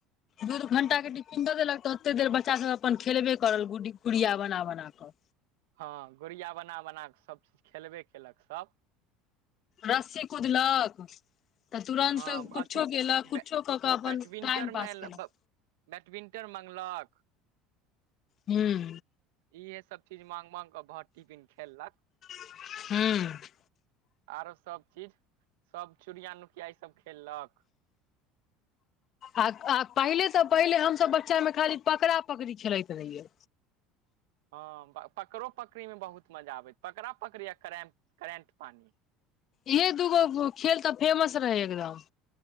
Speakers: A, on the left; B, on the right.
A: दू दू घंटा के टिफिन दऽ देलक तऽ ओते देर बच्चा सब अपन खेलबे करल गुडी गुड़िया बना बना कऽ।
B: हँ गुड़िया बना बना कऽ सभ खेलबे केलक सब।
A: रस्सी कुदलक तऽ तुरन्त
B: हँ
A: कुछो
B: अथी
A: केलक
B: बैडमिंटन
A: कुछो कऽ कऽ अपन टाइम
B: मे
A: पास केलक।
B: बैडमिंटन मॅंगलक
A: हूं
B: इहे सब चीज मांग मांगकऽ भर टिफिन खेललक।
A: हूं
B: आरो सब चीज सब चोरिया नुकिया ईसभ खेललक।
A: आ आ पहिले त पहिले हमसभ बच्चा मे खाली पकड़ा पकड़ी खेलैत रहियै।
B: हँ पकड़ो पकड़ीमे बहुत मजा आबै, पकड़ा पकड़ै आ करेन्ट -करेन्ट पानि।
A: इहे दूगो खेल तऽ, फेमस रहै एकदम।